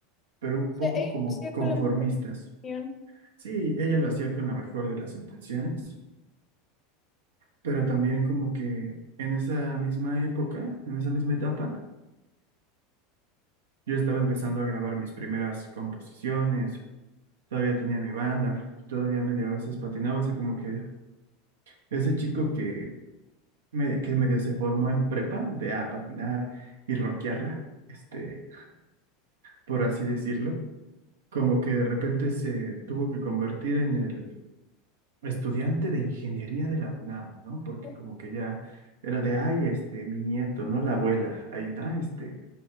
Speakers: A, on the right (about 80°); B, on the left (about 30°).
A: pero un
B: sea,
A: poco
B: ellos
A: como
B: hacían
A: conformistas.
B: con la mejor intención.
A: Sí, ella lo hacía con la mejor de las intenciones, pero también como que en esa misma época, en esa misma etapa, yo estaba empezando a grabar mis primeras composiciones, todavía tenía mi banda, todavía medio a veces patinaba, o sea, como que ese chico que, me, que medio se formó en prepa de a patinar y rockearla, este, por así decirlo, como que de repente se tuvo que convertir en el estudiante de ingeniería de la UNAM, ¿no? Porque
B: Oh,
A: como que ya era de, ay, este, mi nieto, ¿no? La abuela, ahí está, este,